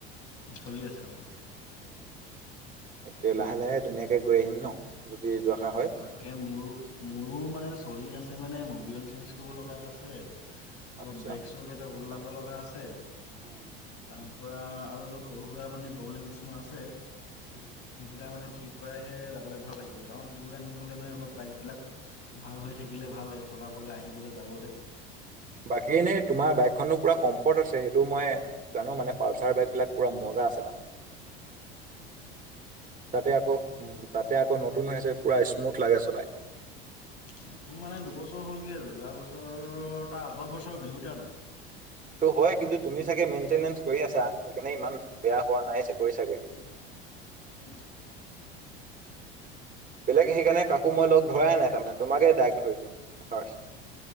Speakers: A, on the left; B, on the right.
A: চলি আছে অঁ',।
B: উম, এতিয়া
A: উম
B: লাহে-লাহে ধুনীয়াকে গৈ আহিম ন' যদি যোৱাটো হয়।
A: তাকে মোৰো, মোৰো মানে চলি আছে মানে মবিল চেঞ্জ কৰিব লগা আছে। অলপ
B: আচ্ছা
A: ব্ৰেক স্ব কেইটা বদলাব লগা আছে,
B: উম
A: তাৰ- পৰা আৰু অলপ সৰু-সুৰা মানে প্ৰব্লেম কিছুমান আছে, সেইকেইটা
B: উম
A: মানে ঠিক- শুকুৰবাৰে হে যাবলৈ ভাল লাগিব, কাৰণ অলপ দূৰ ৰানিং হ'লে মানে অলপ বাইকবিলাক ভাল হৈ থাকিলে ভাল হয় চলাবলৈ, আহিবলৈ, যাবলৈ।
B: বাকী' এনেই তোমাৰ বাইকখনতো পুৰা কমফৰ্ট আছে, সেইটো মই- জানো মানে পালচাৰ বাইক বিলাক পুৰা মজা আছে। তাৰ মানে
A: <inaudible>
B: তা'তে আকৌ, উম' তা'তে আকৌ নতুন হৈ আছে পুৰা স্মুথ লাগে চলাই।
A: নতুন মানে দুবছৰ হ'লগে আৰু, যোৱা বছৰ তাৰ আগৰ বছৰৰ বিহুতে আনা।
B: এইটো হয়, কিন্তু তুমি চাগে মেইনটেনেন্ঞ্চ কৰি আছা সেইকাৰণে ইমান বেয়া হোৱা নাই গৈ চাগে।
A: উম।
B: বেলেগ সেইকাৰণে কাকো মই লগ ধৰাই নাই তাৰমানে তোমাকে ডাইৰেক্ট‌ ধৰিলোঁ ফাষ্ট।